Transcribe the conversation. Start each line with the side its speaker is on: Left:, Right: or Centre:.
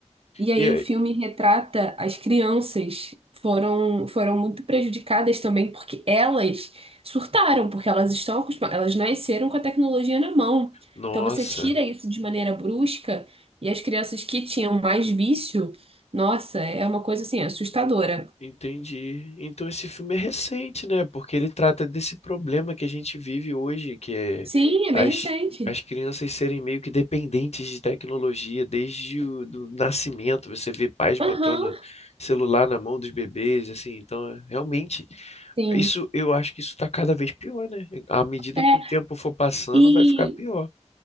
Right: E aí
Left: E aí,
Right: o filme retrata as crianças foram foram muito prejudicadas também porque elas surtaram, porque elas estão acostumadas, elas nasceram com a tecnologia na mão.
Left: nossa,
Right: Então você tira isso de maneira brusca e as crianças que tinham mais vício, nossa, é uma coisa assim assustadora.
Left: entendi. Então esse filme é recente, né? Porque ele trata desse problema que a gente vive hoje, que é
Right: Sim, é
Left: as,
Right: bem recente.
Left: as crianças serem meio que dependentes de tecnologia desde o do nascimento. Você vê pais
Right: Aham,
Left: botando celular na mão dos bebês, assim. Então, é- realmente,
Right: sim.
Left: isso eu acho que isso está cada vez pior, né? À medida
Right: É,
Left: que o tempo for passando,
Right: e
Left: vai ficar pior.